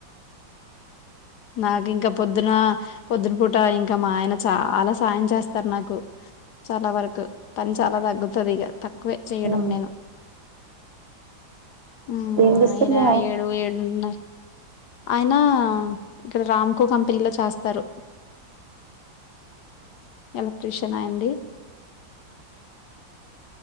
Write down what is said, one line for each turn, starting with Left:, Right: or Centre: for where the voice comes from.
Left: నాకు ఇంకా పొద్దున పొద్దున పూట ఇంకా మా ఆయన చాలా సాయం చేస్తారు నాకు చాలా వరకు పని చాలా తగ్గుతది ఇగ తక్కువే చేయడం
Right: ఆహా
Left: నేను మ్మ్
Right: ఏం చేస్తారు
Left: ఆయన
Right: మీ
Left: ఏడు ఏడున్నర ఆయనా ఇక్కడ రామ్ కో కంపెనీ లో చేస్తారు ఎలక్ట్రిషియన్ ఆయన్ది